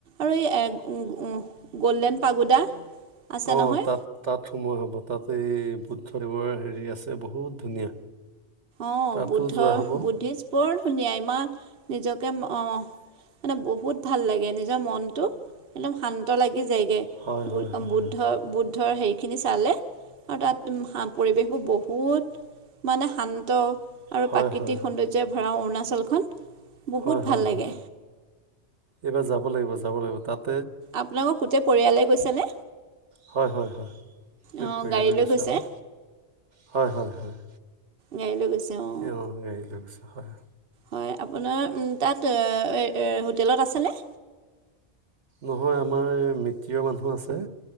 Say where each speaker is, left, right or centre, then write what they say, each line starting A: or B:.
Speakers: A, on the right; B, on the right.
A: আৰু উম উম এই গল্ডেন পাগোদা আছে
B: অঁহ
A: নহয়
B: তাত তাত সোমোৱা হ'ব তাতেই বুদ্ধদেৱৰ হেৰি আছে বহুত ধুনীয়া
A: অহ
B: তাতো
A: বুদ্ধ
B: যোৱা হ'ব।
A: বুদ্ধিষ বৰ ধুনীয়া ইমান নিজকে অহ মানে বহুত ভাল লাগে নিজৰ মনটো একদম শান্ত লাগি যায় গে
B: হয়, হয়,
A: বু
B: হয়,
A: বুদ্ধ বুদ্ধৰ হেৰিখিনি চালে আৰু তাত পৰিৱেশবোৰ বহুত মানে শান্ত আৰু
B: হয়, হয়,
A: প্ৰাকৃতিক
B: হয়,
A: সৌন্দৰ্যই ভৰা অৰুণাচলখন বহুত
B: হয়
A: ভাল
B: হয়
A: লাগে
B: হয় এইবাৰ যাব লাগিব যাব লাগিব তাত
A: আপোনালোকৰ গোটেই পৰিয়ালে গৈছে নে
B: হয় হয় হয় গোটেই
A: অঁ
B: পৰিয়ালে
A: গাড়ী লৈ
B: গৈছোঁ
A: গৈছে
B: আমি হয় হয় হয়
A: গাড়ী লৈ গৈছে অহ
B: অহ গাড়ী লৈ গৈছো হয়
A: হয় আপোনাৰ উম তাত হোটেলত আছেনে
B: নহয় আমাৰ মিত্ৰীয় মানুহ আছে